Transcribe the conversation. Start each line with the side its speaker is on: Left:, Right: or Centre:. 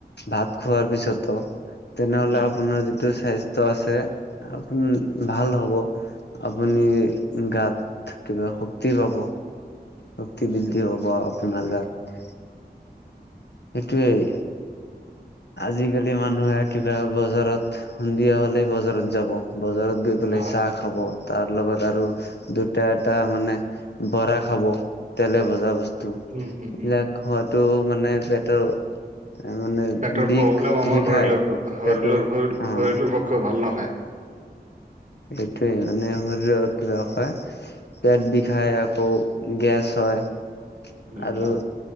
Left: ভাত খোৱাৰ পিছতো, তেনেহলে
Right: উম
Left: আপোনাৰ যিটো স্বাস্থ্য আছে আপুনি ভাল হ'ব। আপুনি গাত কিবা শক্তি পাব। শক্তি বৃদ্ধি হ'ব আপোনাৰ গাত। সেইটোৱেই। আজিকালি মানুহে কিবা বজাৰত সুন্ধিয়া হ'লেই বজাৰত যাব, বজাৰত গৈ বোলে
Right: হয়
Left: চাহ খাব, তাৰ লগত আৰু দুটা এটা মানে বৰা খাব। তেলে ভজা বস্তু
Right: উম হম
Left: এইবিলাক
Right: হম
Left: খোৱাতো মানে পেটৰ মানে
Right: পেটৰ
Left: বিষ
Right: প্ৰব্লেম আমাৰ
Left: বিষায়
Right: শৰীলৰ-শৰীলৰ-শৰীৰৰ
Left: পেটৰ অ
Right: পক্ষে ভাল নহয়।
Left: এইটোৱে মানে শৰীৰৰ <unintelligible> কয়। পেট বিষাই আকৌ গেছ হয়
Right: হয়
Left: আৰু